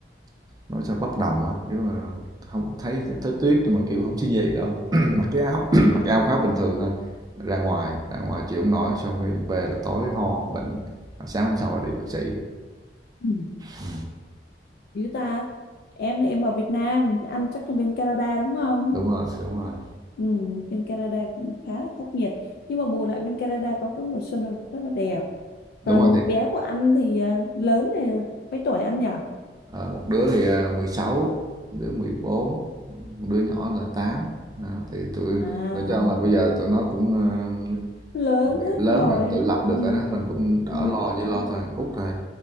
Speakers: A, on the right (about 20°); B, on the left (about 60°).
A: nói sao bốc đồng á kiểu là không thấy thấy tuyết nhưng mà kiểu không suy nghĩ đâu <clears throat> <laughs> mặc cái áo <clears throat> <laughs> mặc cái áo khoác bình thường thôi ra ngoài ra ngoài chịu không nổi xong rồi về là tối ho bệnh sáng hôm sau là đi bác sĩ
B: Ừ.
A: ừ.
B: Dữ ta, em em ở Việt Nam, ăn chắc là bên Canada đúng không?
A: đúng rồi đúng rồi
B: Ừ, bên Canada cũng khá là khắc nghiệt. Nhưng mà bù lại bên Canada có cái mùa xuân là rất là đẹp.
A: đúng
B: Còn
A: rồi thì
B: bé của anh thì à, lớn thì mấy tuổi anh nhỉ?
A: ờ, một đứa thì ờ, 16 một đứa 14 một đứa nhỏ là tám Đó, thì tụi
B: À,
A: nói chung là bây giờ tụi nó cũng ờ,
B: lớn hết
A: lớn
B: rồi.
A: là tự lập được
B: Ừ,
A: rồi đó mình cũng đỡ
B: ừ,
A: lo chỉ lo thôi Út thôi